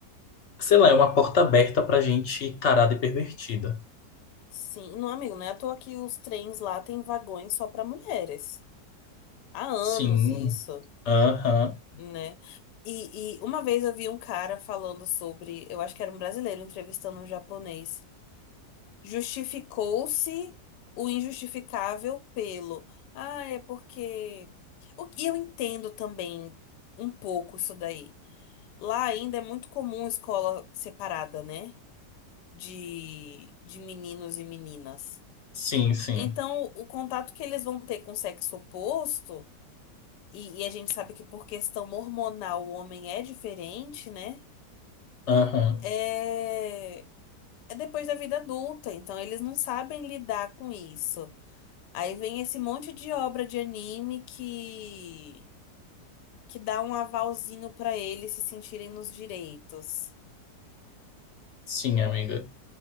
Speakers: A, on the left; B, on the left.
A: sei lá, é uma porta aberta pra gente tarada e pervertida.
B: Sim, não, amigo, não é à toa que os trens lá têm vagões só para mulheres. Há anos
A: Sim,
B: isso,
A: aham,
B: né? E, e uma vez eu vi um cara falando sobre. Eu acho que era um brasileiro entrevistando um japonês. Justificou-se o injustificável pelo. Ah, é porque. O que eu entendo também um pouco isso daí. Lá ainda é muito comum escola separada, né? De, de meninos e meninas.
A: Sim, sim,
B: Então, o contato que eles vão ter com o sexo oposto, e, e a gente sabe que por questão hormonal o homem é diferente, né?
A: aham,
B: É, é depois da vida adulta. Então, eles não sabem lidar com isso. Aí vem esse monte de obra de anime que que dá um avalzinho pra eles se sentirem nos direitos.
A: Sim, amiga.